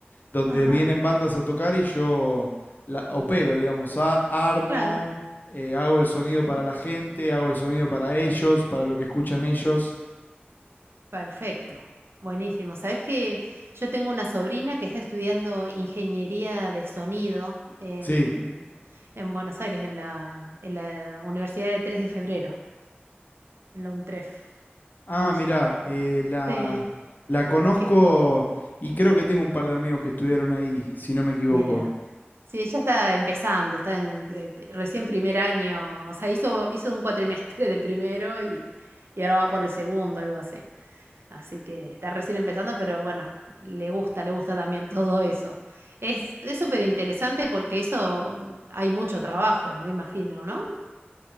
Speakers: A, on the left (about 50°); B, on the right (about 75°).
A: donde
B: Ajá,
A: vienen bandas a tocar y yo la opero, digamos, a- armo,
B: claro,
A: eh, hago el sonido para la gente, hago el sonido para ellos, para lo que escuchan ellos.
B: perfecto. Buenísimo. Sabes que yo tengo una sobrina que está estudiando ingeniería de sonido en,
A: Sí.
B: en Buenos Aires, en la, en la Universidad de 3 de Febrero, en la UNTREF,
A: Ah,
B: allá.
A: mirá, eh, la,
B: Sí,
A: la conozco
B: que
A: y creo que tengo un par de amigos que estuvieron ahí, si no me equivoco.
B: Mira, sí, ella está empezando, está en, eh, p- recién primer año, o sea, hizo, hizo un cuatrimestre de primero y, y ahora va por el segundo, algo así. Así que está recién empezando, pero bueno, le gusta, le gusta también todo eso. Es, es súper interesante porque eso mm, hay mucho trabajo, me imagino, ¿no?